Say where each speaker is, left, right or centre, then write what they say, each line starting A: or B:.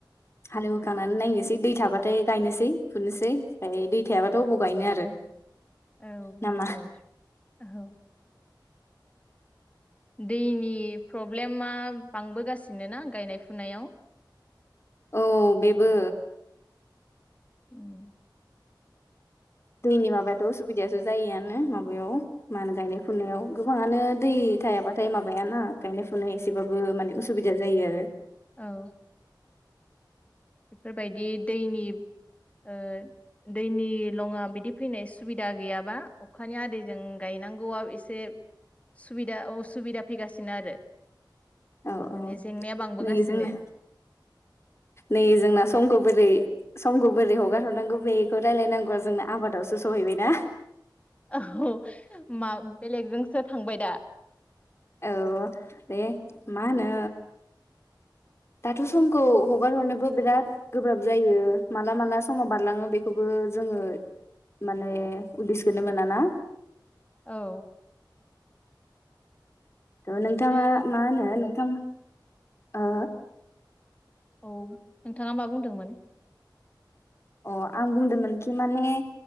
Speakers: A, on the left; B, on the left.
A: हालेवखांनानै नायनोसै दै थाबाथाय गायनोसै फुनोसै ओमफ्राय दै थायाबाथ' बबाव गायनो आरो
B: औ बेनोथ'
A: नामा
B: औ दैनि प्रब्लेमा बांबोगासिनो ना गायनाय फुनायाव
A: औ बेबो
B: उम
A: दैनि माबायाथ' उसुबिदायासो जायोआनो माबायाव मा होनो गायनाय फुनायाव गोबाङानो दै थायाबाथाय माबायाना गायनाय फुनाय एसेबाबो माने उसुबिदा जायो आरो
B: औ बेफोरबायदि दैनि ओ दैनि लङा बिदि फैनाय सुबिदा गैयाबा अखानि आदैजों गायनांगौआ एसे सुबिदा उसुबिदा फैगासिनो आरो
A: औ
B: माने
A: औ
B: जेंनाया बांबोगासिनो
A: नै जोंना नै जोंना समखौ बोरै समखौ बोरै हगारहरनांगौ बेखौ रायलायनांगौआ जोंना आबादावसो सहैबायना?
B: <unintelligible> बेलेगजोंसो थांबाय दा
A: औ दे मा होनो दाथ' समखौ हगार हरनोबो बिराद गोब्राब जायो माला माला समाव बारलाङो बेखौबो जोङो माने उदिसखोनो मोना ना?
B: औ
A: थ' नोंथाङा
B: बिदिनो
A: मा होनो थां ओ
B: औ नोंथाङा मा बुंदोंमोन?
A: अ आं बुंदोंमोनखि माने